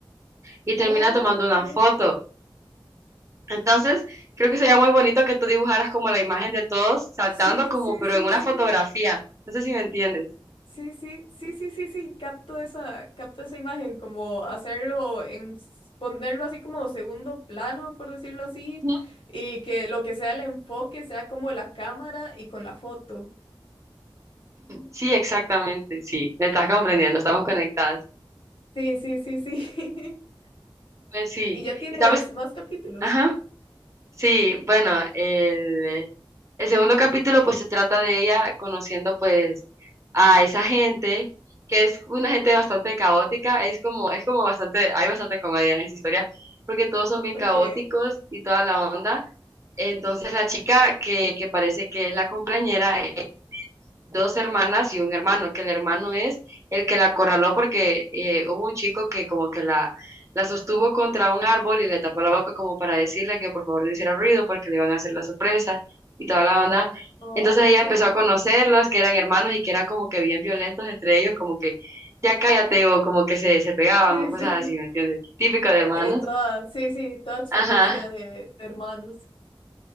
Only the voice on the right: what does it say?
y termina
tomando una foto. Entonces, creo que sería muy bonito que tú dibujaras como la imagen de todos saltando
como,
pero
en una
fotografía. No sé si me entiendes.
Ujú.
Sí, exactamente, sí, me estás comprendiendo, estamos conectadas.
Pues sí,
y sabes,
ajá, sí, bueno, el, el segundo capítulo pues se trata de ella conociendo pues a esa gente, que es una gente bastante caótica, es como, es como bastante, hay bastante comedia en esta historia, porque todos son bien
caóticos y toda la onda, entonces la chica que, que parece que es la compañera dos hermanas y un hermano, que el hermano es el que la acorraló porque eh, hubo un chico que como que la, la sostuvo contra un árbol y le tapó la boca como para decirle que por favor no hiciera ruido porque le iban a hacer la sorpresa y toda la onda.
Entonces ella empezó a conocerlos, que eran hermanos y que eran como que bien violentos entre ellos, como que ya cállate o como que se, se pegaban
o cosas
así, ¿me entiendes? Típico de hermanos.
Ajá.